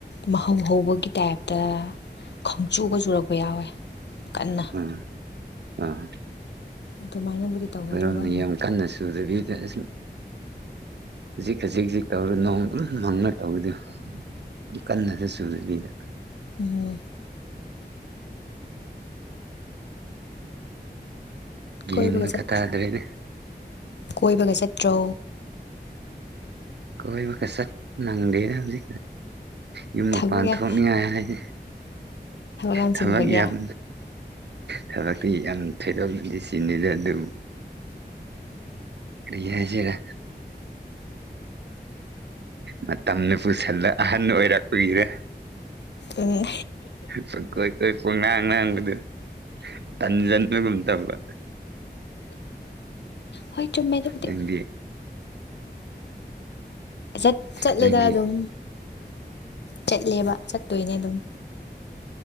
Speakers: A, on the left; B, on the right.
A: ꯃꯍꯧ ꯍꯧꯕꯒꯤ ꯇꯥꯏꯞꯇ ꯈꯣꯡꯆꯨꯒ ꯆꯨꯔꯛꯄ ꯌꯥꯎꯋꯦ ꯀꯟꯅ
B: ꯑꯥ ꯑꯥ
A: ꯑꯗꯨꯃꯥꯏꯅꯕꯨꯗꯤ ꯇꯧꯋꯦ
B: ꯑꯩꯣꯏꯔꯣꯝꯅ
A: ꯑꯗꯨꯒ ꯑꯗꯨꯝ
B: ꯌꯥꯝ ꯀꯟꯅ ꯁꯨꯗꯕꯤꯗ ꯑꯁ ꯈꯖꯤꯛ ꯈꯖꯤꯛ ꯈꯖꯤꯛ ꯇꯧꯔ ꯅꯣꯡ ꯑꯗꯨꯝ ꯃꯪꯅ ꯇꯧꯔꯤꯗ ꯌꯥꯝ ꯀꯟꯅꯁꯦ ꯁꯨꯕꯤꯗ
A: ꯑꯣ
B: ꯒ꯭ꯌꯥꯟꯒ
A: ꯀꯣꯏꯕꯒ ꯆꯠꯇ꯭ꯔꯣ
B: ꯇꯥꯗ꯭ꯔꯦꯗ
A: ꯀꯣꯏꯕꯒ ꯆꯠꯇ꯭ꯔꯣ
B: ꯀꯣꯏ ꯃꯈ ꯀ ꯆ ꯅꯪꯗꯦꯖꯤ ꯌꯨꯝ ꯃꯄꯥꯟ
A: ꯊꯕꯛ ꯌꯥꯝ
B: ꯊꯣꯛꯅꯤꯉꯥꯏ ꯍꯥꯏꯗꯤꯦ
A: ꯌꯥꯝ
B: ꯊꯕꯛ
A: ꯆꯤꯟꯕꯒꯤ
B: ꯌꯥꯝ ꯊꯕꯛꯇꯤ ꯌꯥꯝ ꯊꯣꯏꯗꯣꯛꯅꯗꯤ ꯆꯤꯟꯅꯤꯗ ꯑꯗꯨꯕꯨ ꯑ ꯌꯥꯁꯤꯔ ꯃꯇꯝꯅ ꯄꯨꯁꯤꯜꯂ ꯑꯍꯟ ꯑꯣꯏꯔꯛꯄꯒꯤꯔ
A: ꯎꯝ
B: ꯄꯀꯣꯏ ꯀꯣꯏ ꯄꯣꯛꯅꯥꯥꯡ ꯉꯥꯡꯕꯗꯨ ꯇꯟꯖꯟꯕꯒꯨꯝ ꯇꯧꯕ
A: ꯍꯣꯏ ꯆꯨꯝꯃꯦꯗꯨꯗꯤ
B: ꯅꯪꯗꯤ
A: ꯆꯠ ꯆꯠꯂꯦꯗ
B: ꯅꯪꯗꯤ
A: ꯑꯗꯨꯝ ꯆꯠꯂꯦꯕ ꯆꯠꯇꯣꯏꯅꯦ ꯑꯗꯨꯝ